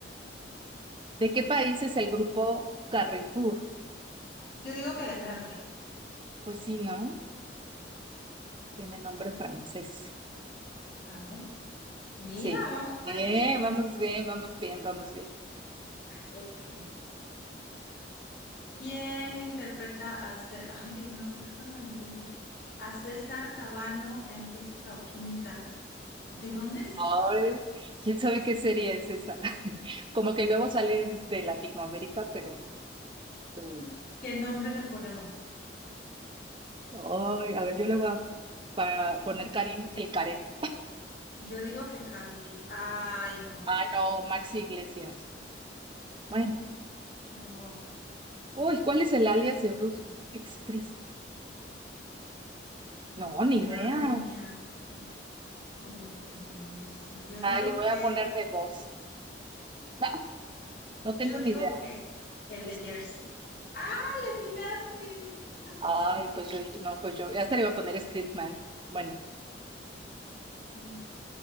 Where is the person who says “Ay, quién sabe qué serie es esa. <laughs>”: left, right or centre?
Right